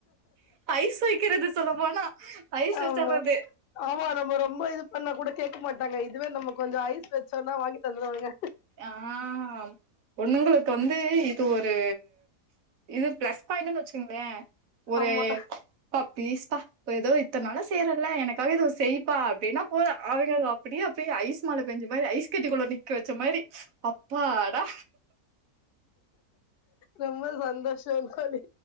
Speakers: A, on the right; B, on the left.
A: ஐஸ் வைக்கிறது சொல்லப்போனா ஐஸ் வச்சர்றது
B: ஆமா ஆமா நம்ப ரொம்ப இது பண்ணா கூட கேட்க மாட்டாங்க இதுவே நம்ம கொஞ்சம் ஐஸ் வச்சோம்னா வாங்கி தந்துருவாங்க
A: ஆஹ்ம் பொண்ணுங்களுக்கு வந்து இது ஒரு இது பிளஸ் பாயிண்டுன்னு வச்சுங்கங்களே ஒரு
B: ஆமா
A: பக் ப்லீஸ்பா ஏதோ இத்தன நாளா செய்றேன்ல எனக்காகவே இதுவு செய்ப்பா அப்டின்னா போது அவிய்ங்க அப்டியே அப்டியே ஐஸ் மழ பெஞ்ச மாரி ஐஸ் கட்டிக்குள்ள நிக்க வச்ச மாரி அப்பாடா
B: ரொம்ப சந்தோஷோ தோழி